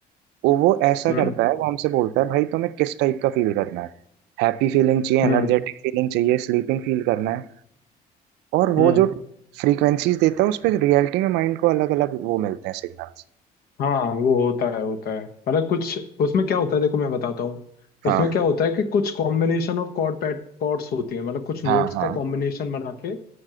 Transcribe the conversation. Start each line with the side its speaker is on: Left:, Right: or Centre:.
Right: वो वो ऐसा
Left: हम्म
Right: करता है वो हमसे बोलता है भाई तुम्हें किस टाइप का फील करना है हैप्पी फीलिंग चाहिए
Left: हम्म
Right: एनर्जेटिक फीलिंग चाहिए स्लीपिंग फील करना है और वो
Left: हम्म
Right: जो फ्रीक्वेंसीज देता है उस पे रियलिटी में माइंड को अलग अलग वो मिलते हैं सिग्नल्स
Left: हाँ वो होता है होता है मतलब कुछ उसमें क्या होता है देखो मैं बताता हूँ
Right: हाँ
Left: उसमें क्या होता है कि कुछ combination of chord pad chords होती है मतलब कुछ
Right: हाँ
Left: नोट्स
Right: हाँ
Left: का कॉम्बिनेशन बना के